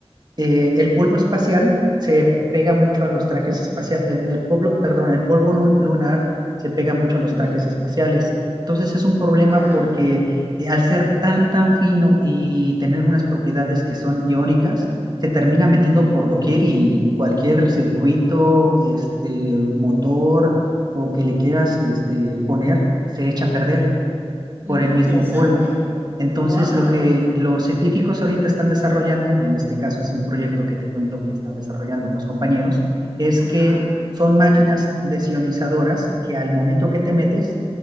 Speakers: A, on the right (about 40°); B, on the right (about 20°).
A: eh, el polvo espacial se pega mucho a los trajes espaciales, el, el polvo, perdón, el polvo lunar se pega mucho a los
B: ujú.
A: trajes espaciales. Entonces es un problema
B: Ya.
A: porque eh, al ser tan, tan fino y tener unas propiedades que son iónicas, se termina metiendo
B: ujú.
A: por doquier y cualquier circuito, este, motor o que le quieras este, poner, se echa a perder
B: Mm,
A: por el mismo
B: interesante.
A: polvo. Entonces,
B: Wow.
A: lo que los científicos ahorita están desarrollando, en este caso es un proyecto que te cuento que están desarrollando unos compañeros, es
B: Ajá.
A: que son máquinas desionizadoras que al momento que te metes,